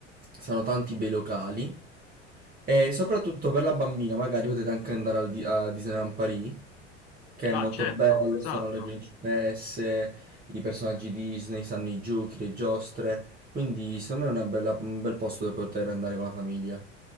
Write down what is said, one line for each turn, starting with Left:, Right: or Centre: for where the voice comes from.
Right: saranno tanti bei locali. E soprattutto per la bambina, magari potete anche andare al di- a Disneyland Paris, che è
Left: Ah,
Right: molto
Left: certo,
Right: bello,
Left: esatto.
Right: stanno le principesse, i personaggi Disney, stanno i giochi, le giostre. Quindi secondo me è una bella- un bel posto dove poter andare con la famiglia.